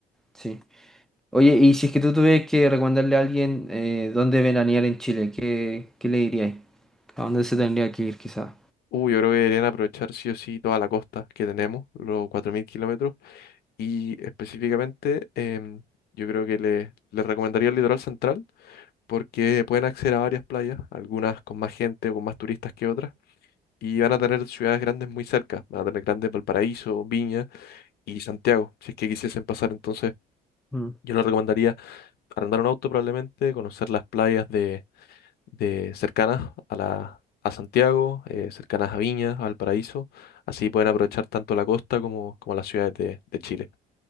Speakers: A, in the centre; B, on the left.
A: Sí. Oye, y si es que tú tuvieras que recomendarle a alguien eh, dónde veranear en Chile, ¿qué, qué le dirías? ¿A dónde se tendría que ir quizás?
B: Uh, yo creo que deberían aprovechar sí o sí toda la costa que tenemos, los 4.000 kilómetros. Y específicamente, em, yo creo que le, le recomendaría el litoral central porque pueden acceder a varias playas, algunas con más gente o con más turistas que otras, y van a tener ciudades grandes muy cerca, van a tener grandes Valparaíso, Viña y Santiago, si es que quisiesen pasar. Entonces,
A: Mm,
B: yo les recomendaría arrendar un auto probablemente, conocer las playas de, de cercanas a la... a Santiago, eh, cercanas a Viña, a Valparaíso, así pueden aprovechar tanto la costa como, como las ciudades de, de Chile.